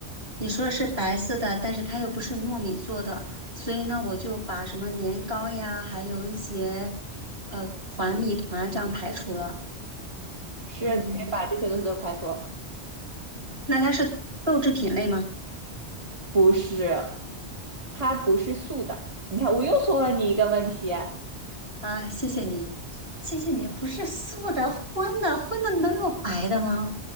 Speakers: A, on the right (about 65°); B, on the right (about 30°).
A: 你说是白色的，但是它又不是糯米做的，所以呢，我就把什么年糕呀，还有一些呃团米团这样排除了。
B: 是你可以把这些东西都排除，
A: 嗯，那它是豆制品类吗？
B: 不是，它不是素的。你看，我又送了你一个问题，
A: 啊，谢谢你，谢谢你。不是素的，荤的，荤的能有白的吗？